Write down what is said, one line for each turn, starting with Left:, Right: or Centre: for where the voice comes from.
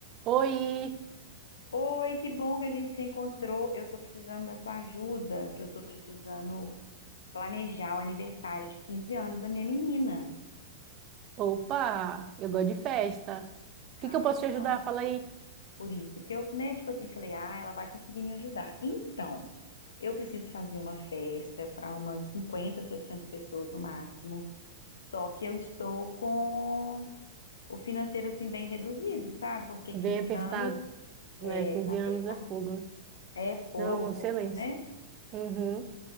Right: Oi!
Left: Oi, que bom que a gente se encontrou. Eu tô precisando da sua ajuda, que eu tô precisando planejar o aniversário de 15 anos da minha menina.
Right: Opa! Eu gosto de festa. O que
Left: Ah,
Right: que eu posso
Left: então.
Right: te ajudar? Fala aí.
Left: Por isso que eu, né, tipo assim, falei, ah, ela vai conseguir me ajudar. Então, eu preciso fazer uma festa para umas 50, 60 pessoas no máximo. Só que eu estou com o financeiro assim bem reduzido, sabe? Porque
Right: Bem
Left: 15
Right: apertado,
Left: anos
Right: né?
Left: é,
Right: 15
Left: tá apertado.
Right: anos é fogo, né?
Left: É fogo,
Right: Não,
Left: o
Right: excelência.
Left: povo, né?
Right: Uhum.